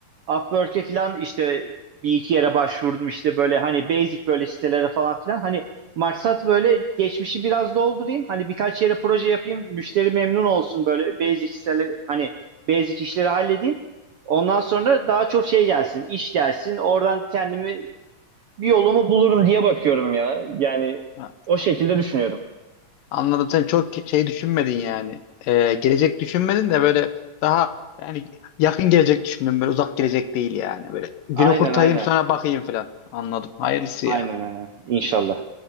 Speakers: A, on the right (about 70°); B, on the left (about 75°).
A: Upwork'e falan işte bir iki yere başvurdum işte böyle hani basic böyle sitelere falan filan hani maksat böyle geçmişi biraz doldurayım hani birkaç yere proje yapayım müşteri memnun olsun böyle basic siteler hani basic işleri halledeyim ondan sonra daha çok şey gelsin iş gelsin oradan kendimi bir yolumu bulurum diye bakıyorum ya yani
B: Ha,
A: O şekilde düşünüyorum.
B: Anladım sen çok ki- şey düşünmedin yani. E, gelecek düşünmedin de böyle daha yani yakın gelecek düşündün böyle uzak gelecek değil yani böyle günü
A: aynen
B: kurtarayım
A: aynen
B: sonra bakayım falan. Anladım. Hayırlısı
A: A- aynen
B: ya.
A: aynen inşallah.